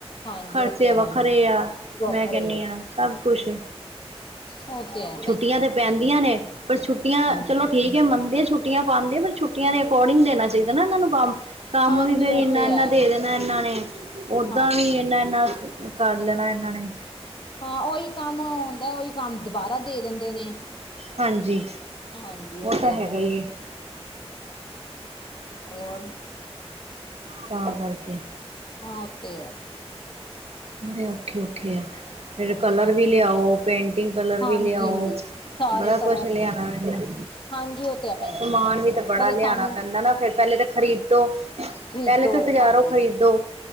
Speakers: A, on the left; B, on the right.
A: ਹਾਂਜੀ
B: ਖ਼ਰਚੇ
A: ਉਹ ਤੇ
B: ਵੱਖਰੇ
A: ਹੈ ਹੀ ਹੈ।
B: ਆ
A: ਵੱਖ
B: ਮੈਂ ਕਹਿੰਦੀ
A: ਰਹੇ
B: ਹਾਂ ਸਭ ਕੁਛ
A: ਹੋ ਤੇ ਆ
B: ਛੁੱਟੀਆਂ ਤੇ ਪੈਂਦੀਆਂ ਨੇ ਪਰ ਛੁੱਟੀਆਂ
A: ਹਾਂਜੀ
B: ਚਲੋ ਠੀਕ ਹੈ ਮੰਨਦੇ ਆ ਛੁੱ ਛੁੱਟੀਆਂ ਪਾਉਂਦੇ ਪਰ ਛੁੱੀਆਂ ਦੇ ਅਕੋਰਡਿੰਗ ਦੇਣਾ ਚਾਹੀਦਾ ਨਾ ਇਹਨਾਂ ਨੂੰ ਕੰਮ ਕੰਮ
A: ਹਾਂਜੀ
B: ਵੀ ਫੇਰ
A: ਉਹ
B: ਇਨਾ
A: ਤੇ
B: ਇਨਾ
A: ਹੈ
B: ਦੇ ਦੇਣਾ ਇਹਨਾਂ ਨੇ ਓਦਾਂ
A: ਹਾਂਜੀ
B: ਵੀ ਇਹਨਾ ਇਨਾ ਕਰ ਲੈਣਾ ਇਹਨਾਂ ਨੇ
A: ਹਾਂ ਉਹੀ ਕੰਮ ਹੁੰਦਾ ਉਹੀ ਕੰਮ ਦੁਬਾਰਾ ਦੇ ਦਿੰਦੇ ਨੇ
B: ਹਾਂਜੀ
A: ਹਾਂਜੀ ਉਹ
B: ਤਾਂ
A: ਤੇ
B: ਹੈਗਾ
A: ਆ ਭੈਂਦੀ
B: ਹੀ ਹੈ
A: ਹੋਰ
B: ਤਾਂ ਕਰਕੇ
A: ਹਾਂ ਤੇ
B: ਬੜੇ ਔਖੇ ਔਖੇ ਆ
A: ਹੋਰ
B: ਫਿਰ ਕਲਰ
A: ਸੁਣਾਓ
B: ਵੀ ਲਿਆਓ ਪੇਂਟਿੰਗ ਕਲਰ
A: ਹਾਂਜੀ
B: ਵੀ ਲਿਆਓ
A: ਸਾਰੇ
B: ਬੜਾ ਕੁਛ
A: ਕਲਰ
B: ਲਿਆਉਣਾ ਮੈਨ
A: ਹਾਂਜੀ ਉਹ ਤੇ ਹੈ ਭੈਣ
B: ਸਮਾਨ
A: ਜੀ
B: ਵੀ ਤੇ ਬੜਾ
A: ਉਹ
B: ਲਿਆਣਾ
A: ਸਾਨੂੰ
B: ਪੈਂਦਾ ਨਾ ਫੇਿਰ ਪਹਿਲੇ ਤਾਂ ਖ਼ਰੀਦੋ
A: ਖਰੀਦੋ
B: ਪਹਿਲੇ ਤਾਂ ਬਜ਼ਾਰੋ
A: ਹਾਂਜੀ
B: ਖਰੀਦੋ